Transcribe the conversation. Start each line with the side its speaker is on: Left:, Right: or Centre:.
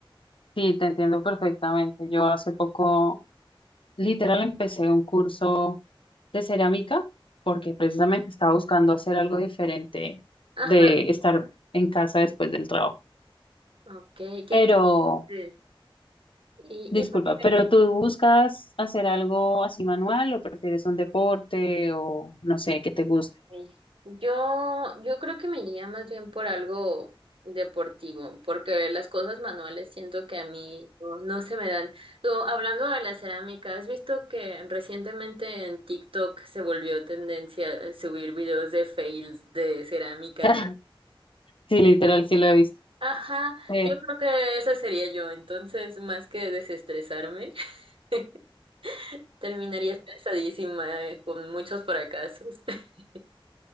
Left: Sí, te entiendo perfectamente. Yo hace poco, literal, empecé un curso de cerámica porque precisamente estaba buscando hacer algo diferente
Right: Ajá,
Left: de estar en casa después del trabajo.
Right: ok, qué
Left: Pero,
Right: Mm. Y,
Left: disculpa,
Right: y pues,
Left: ¿pero tú buscas hacer algo así manual o prefieres un deporte o no sé, que te guste?
Right: eh, yo, yo creo que me iría más bien por algo deportivo, porque las cosas manuales siento que a mí no, no se me dan. Lo- hablando de la cerámica, ¿has visto que recientemente en TikTok se volvió tendencia eh, subir videos de fails de cerámica?
Left: <laughs> Sí, literal, sí lo he visto.
Right: Ajá,
Left: Eh,
Right: yo creo que esa sería yo, entonces más que desestresarme, <laughs> terminaría estresadísima eh, con muchos fracasos. <laughs>